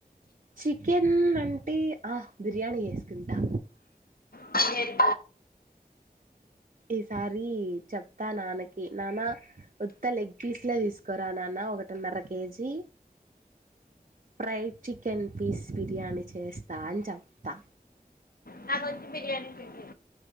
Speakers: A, on the right; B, on the left.
A: చి కెన్ అంటె బిర్యాని చేసుకుంటా
B: మల్లెది
A: ఈసారి చెప్తా నాన్నకి నాన్న ఉత్త లెగ్ పీస్లే తీసుకోరా నాన్న ఒకటిన్నర KG, fried chicken piece biryani చేస్తా అని చెప్తా.
B: నాకొచ్చి బిర్యానీ చేసేది